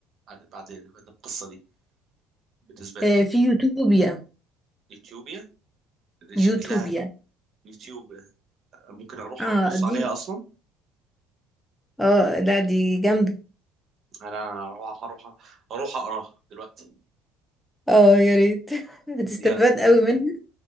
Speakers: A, on the right; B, in the centre.
A: بعد بعد بعد القصة دي بالنسبة لك
B: آه في يوتوبيا
A: يوتيوبيا دي
B: يوتوبيا
A: شكلها يوتيوب ممكن اروح
B: اه
A: ابص عليها
B: دي
A: اصلا
B: اه لا دي جامدة
A: انا هروح هروح هروح اقراها دلوقتي
B: اه يا ريت <laughs> هتستفاد
A: يلا
B: قوي منها